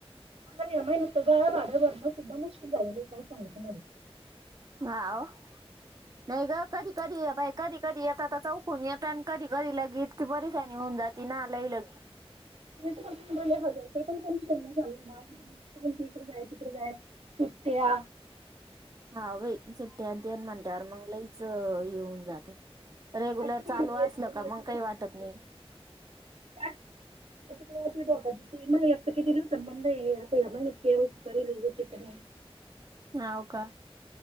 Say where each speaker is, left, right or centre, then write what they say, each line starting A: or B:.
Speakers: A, on the right; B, on the right.
A: <unintelligible> भाडं भरणं सुद्धा मुश्किल झालेलं आहे काय सांगु तुम्हाला.
B: हाव नाही गं कधी कधी या बायका बी कधी येतात चौ कुणी येतं आणि कधी कधी ल इतकी परेशानी होऊन जाती ना लय लगी
A: <inaudible> इकडं जात तिकडं जाय सुट्ट्या
B: हां बाई सुट्ट्या आणि ते म्हणल्यावर मंग लयच हे होऊन जातं. रेग्युलर
A: तिकडे
B: चालू असलं का मग
A: डोक्यात
B: काही वाटत नाही.
A: <unintelligible> किती डोकदुखी मला एकतर किती दिवसांनी बंद आहे, <unintelligible> म्हणे के वाया सी करेला येतंय काय नाही.
B: हाव का?